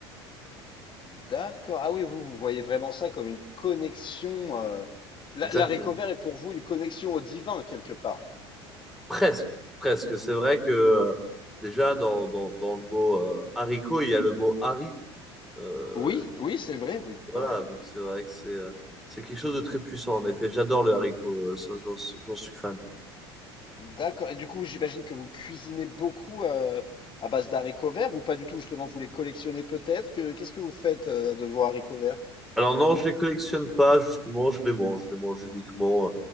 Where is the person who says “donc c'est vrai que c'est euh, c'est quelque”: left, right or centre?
Centre